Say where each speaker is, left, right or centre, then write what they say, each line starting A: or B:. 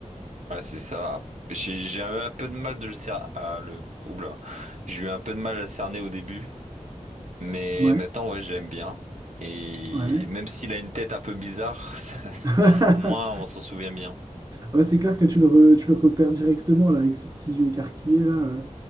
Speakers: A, on the right; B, on the right.
A: Ouais, c'est ça. Ah, J'ai j'ai eu un peu de mal de le cerner. Ah, le... Oula. J'ai eu un peu de mal à le cerner au début. Mais
B: Ouais,
A: maintenant, ouais, je l'aime bien. Et
B: ouais.
A: même s'il a une tête un peu bizarre, <laughs> ça-
B: <laughs>
A: au moins on s'en souvient bien.
B: Ouais, c'est clair que tu le, re- tu le repères directement, là, avec ses petits yeux écarquillés, là. euh.